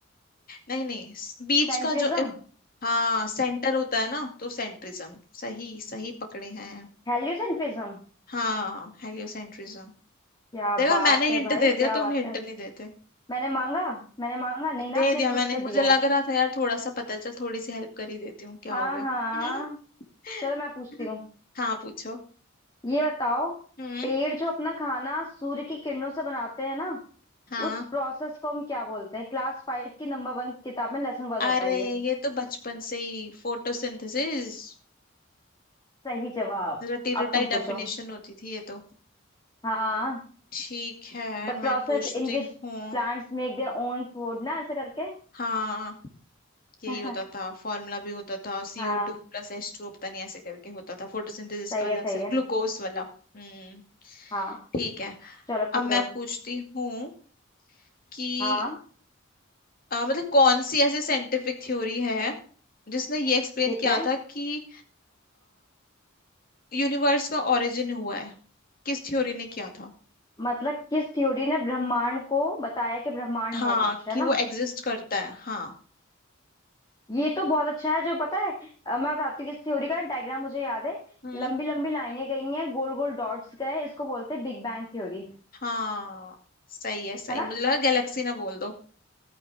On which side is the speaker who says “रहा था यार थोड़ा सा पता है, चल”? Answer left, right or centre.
Left